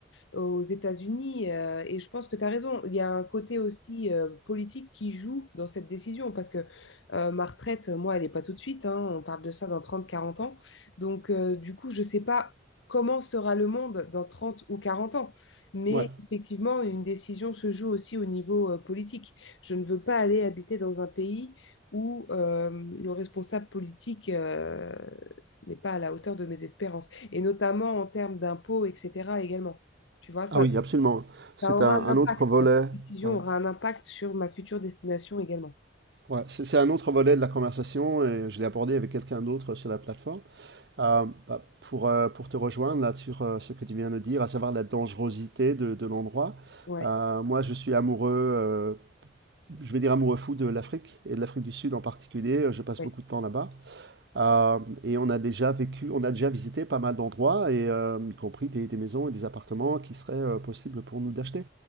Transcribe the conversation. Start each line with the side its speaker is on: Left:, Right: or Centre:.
Left: aux États-Unis. euh, et je pense que tu as raison. Il y a un côté aussi euh, politique qui joue dans cette décision parce que euh, ma retraite, moi, elle n'est pas tout de suite. hein. on parle de ça dans trente, quarante ans. Donc, euh, du coup, je ne sais pas comment sera le monde dans 30 ou 40 ans. Mais
Right: Ouais.
Left: effectivement, une décision se joue aussi au niveau euh, politique. Je ne veux pas aller habiter dans un pays où euh, le responsable politique euh, n'est pas à la hauteur de mes espérances, et notamment en termes d'impôts, etc. également. Tu vois, ça,
Right: Ah oui, absolument. C'est
Left: ça aura
Right: un,
Left: un
Right: un
Left: impact.
Right: autre volet.
Left: quoi. Cette décision
Right: ouais.
Left: aura un impact sur ma future destination également.
Right: Ouais, c'est c'est un autre volet de la conversation et je l'ai abordé avec quelqu'un d'autre sur la plateforme. Euh, bah, pour, euh, pour te rejoindre là sur euh, ce que tu viens de dire, à savoir la dangerosité de, de l'endroit,
Left: Ouais,
Right: euh, moi je suis amoureux, euh, je vais dire amoureux fou de l'Afrique et de l'Afrique du Sud en particulier. Je passe
Left: ouais.
Right: beaucoup de temps là-bas. Euh, et on a déjà vécu, on a déjà visité pas mal d'endroits, et euh, y compris des, des maisons et des appartements qui seraient euh, possibles pour nous d'acheter.